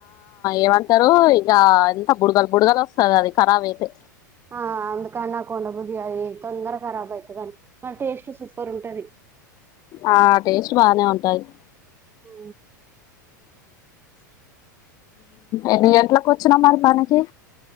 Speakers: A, on the left; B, on the right.
A: ఏమంటరు ఇంక ఎంత బుడగలు బుడగలు వస్తది అది రాబ్ అయితే
B: ఆ అందుకని నాకు ఉండబుద్ది ఇది అది తొందర కరాబ్ అవయితది అని మన టేస్ట్ సూపర్ ఉంటది
A: ఆ టేస్ట్ బానే ఉంటది
B: ఓ
A: ఎన్ని గంట్లలకు వచ్చిన మరి పనికి